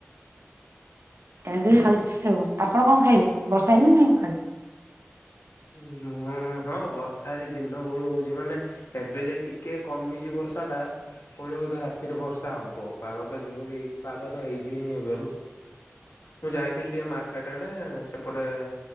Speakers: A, on the right; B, on the left.
A: ଏମିତି ଖାଉଥିଲି ଆଉ। ଆପଣ କଣ ଖାଇଲେ? ବର୍ଷା ହେଇଚି ନା ନାଇଁ ଆପଣଙ୍କ ଆଡ଼େ?
B: ମୁଁ ହଁ ବର୍ଷା ଆଜି ଦିନ ବେଳୁ ହଉଛି, ମାନେ ଏବେ ଯାଇ ଟିକେ କମିଚି ବର୍ଷାଟା, ପୁଣି ବୋଧେ ରାତିରେ ବର୍ଷା ହବ। ପାଗ ତ ଜୋର ହେଇ କିଛି ପାଗ ତ ହେଇଛି ଏବେରୁ। ମୁଁ ଯାଇଥିଲି ଟିକେ ମାର୍କେଟ ଆଡେ ସେପଟେ